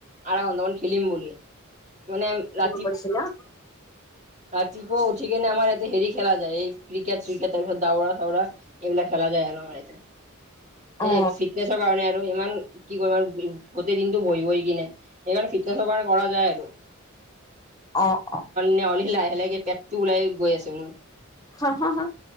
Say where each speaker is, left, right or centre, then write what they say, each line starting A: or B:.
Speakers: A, on the right; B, on the left.
A: আধা ঘণ্টা মান খিলিম বুলি মানে ৰা
B: কৈছিলা
A: ৰাতিপুৱা উঠি কেনে আমাৰ ইয়াতে হেৰি খেলা যায় এই ক্ৰিকেট চ্ৰিকেট তাৰ পিছত দাওৰা চাওৰা এইবিলাক খেলা যায় আৰু আমাৰ এইয়াতে
B: অ
A: এই ফিটনেছৰ কাৰণে আৰু ইমান কি কৰিম আৰু গোটেই দিনটো বহি বহি কিনে সেইকাৰণে ফিটনেছৰ কাৰণে কৰা যায় আৰু
B: অ অ
A: নহ'লে লাহে লাহকে পেটটো ওলাই গৈ আছে মোৰ
B: হ হা